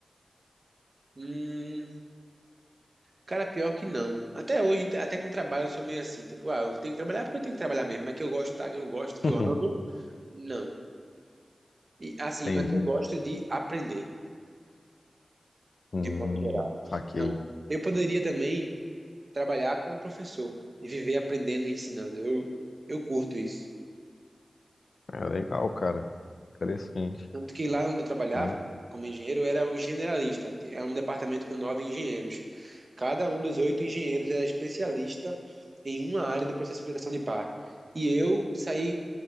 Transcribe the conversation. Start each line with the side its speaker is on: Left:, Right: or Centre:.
Right: Hum, cara, pior que não. Até hoje, até com trabalho, eu sou meio assim, tipo, ah, eu tenho que trabalhar porque eu tenho que trabalhar mesmo, mas que eu gosto, tá? Eu gosto, que
Left: <laughs>
Right: eu amo, não. E assim,
Left: Entendi.
Right: mas eu gosto de aprender,
Left: Hum,
Right: de um modo geral.
Left: saquei.
Right: Então, eu poderia também trabalhar como professor e viver aprendendo e ensinando. Eu, eu curto isso.
Left: É legal, cara. Interessante.
Right: Tanto que lá onde eu trabalhava,
Left: Não.
Right: como engenheiro, eu era o generalista. É um departamento com nove engenheiros. Cada um dos oito engenheiros era especialista em uma área do processo de aplicação de par. E eu saí